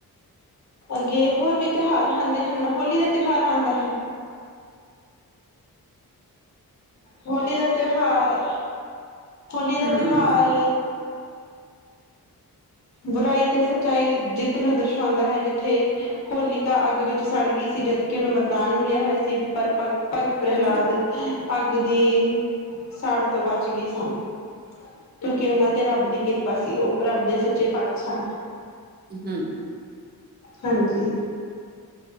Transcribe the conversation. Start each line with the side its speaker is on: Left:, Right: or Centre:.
Left: ਅੱਗੇ ਹੋਰ ਵੀ ਤਿਉਹਾਰ ਆਂਦੇ ਹਨ ਹੋਲੀ ਦਾ ਤਿਉਹਾਰ ਆਂਦਾ ਹੈ। ਹੋਲੀ ਦਾ ਤਿਉਹਾਰ ਹੋਲੀ ਦਾ
Right: ਹਮ
Left: ਤਿਉਹਾਰ ਬੁਰਾਈ ਤੇ ਸੱਚਾਈ ਦੀ ਜਿੱਤ ਨੂੰ ਦਰਸਾਉਂਦਾ ਹੈ ਜਿੱਥੇ ਹੋਲਿਕਾ ਅੱਗ ਵਿੱਚ ਸੜ ਗਈ ਸੀ, ਜਦਕਿ ਉਹਨੂੰ ਵਰਦਾਨ ਮਿਲਿਆ ਹੋਇਆ ਸੀ ਪਰ ਭਗ-ਭਗਤ ਪ੍ਰਹਲਾਦ
Right: ਹਮ
Left: ਅੱਗ ਦੀ ਸਾੜ ਤੋਂ ਬਚ ਗਏ ਸਨ। ਕਿਉਕਿ ਉਹਨਾਂ ਤੇ ਰੱਬ ਦੀ ਕਿਰਪਾ ਬਸ ਸੀ ਉਹ ਰੱਬ ਦੇ ਸੱਚੇ ਪਾਤਸ਼ਾਹ
Right: ਹੂੰ
Left: ਹਾਂਜੀ।